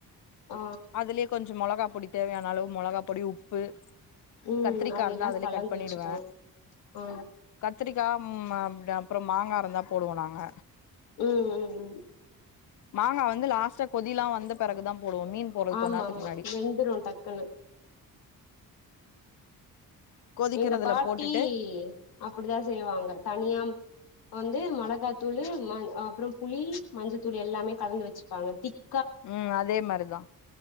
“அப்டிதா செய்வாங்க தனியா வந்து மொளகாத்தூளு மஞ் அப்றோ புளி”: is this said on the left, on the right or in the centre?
Left